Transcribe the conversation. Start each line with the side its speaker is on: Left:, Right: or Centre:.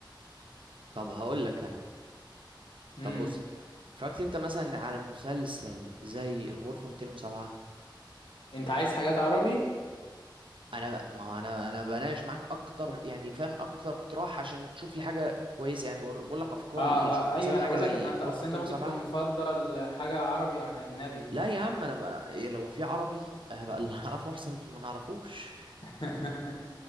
Right: طب هقول لك انا
Left: امم
Right: طب بص اتفرجت انت مثلا على مسلسل زي الغرفة 207
Left: انت عايز حاجات عربي
Right: انا ب- ما هو انا انا بناقش معاك اكتر يعني فاهم اكتر اقتراح عشان تشوف لي حاجه كويسه يعني بقول بقول لك افكاري
Left: اه
Right: ايه شفت
Left: اه ايوه
Right: مثلا
Left: انا
Right: حاجه
Left: بقول
Right: زي
Left: لك ما انت
Right: غرفه
Left: اصل
Right: 207
Left: انت ممكن تكون مفضل حاجه عربي عن اجنبي
Right: لا يا عم انا, أنا إيه لو في عربي هبقى اللي <laughs> اعرفه احسن من اللي ما نعرفوش
Left: <laughs>